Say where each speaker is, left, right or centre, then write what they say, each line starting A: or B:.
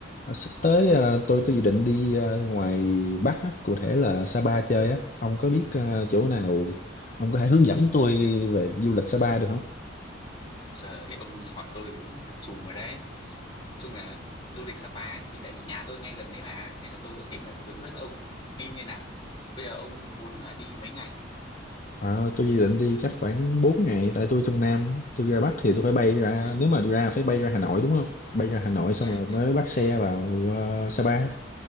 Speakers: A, on the left; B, on the left.
A: À, Sắp tới à, tôi có dự định đi à, ngoài Bắc á, cụ thể là Sapa chơi á. Ông có biết à, chỗ nào ông có thể hướng dẫn tôi về du lịch Sapa được không?
B: Trời, ông hỏi tôi thì đúng là chùm rồi đấy. Nói chung là du lịch Sapa ấy, thì tại vì nhà tôi ngay gần đấy mà, nên là tôi có thể là hướng dẫn ông đi như nào. Bây giờ ông muốn là đi mấy ngày?
A: À, tôi dự định đi chắc khoảng 4 ngày tại tôi trong Nam, tôi ra Bắc thì tôi phải bay ra
B: Ừ,
A: nếu mà ra phải bay ra Hà Nội đúng không? Bay ra Hà Nội xong
B: ừ.
A: rồi mới bắt xe vào à, Sapa,